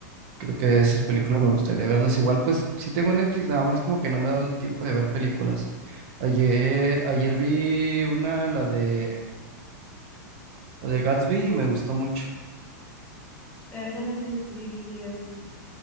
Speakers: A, on the right; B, on the left.
A: Creo que esas películas me gustaría verlas. Igual, pues sí tengo Netflix, nada más como que no me he dado el tiempo de ver películas. Ayer, ayer vi una, la de, la de Gatsby, y me gustó mucho.
B: pero esa no es del estudio Ghibli o sí.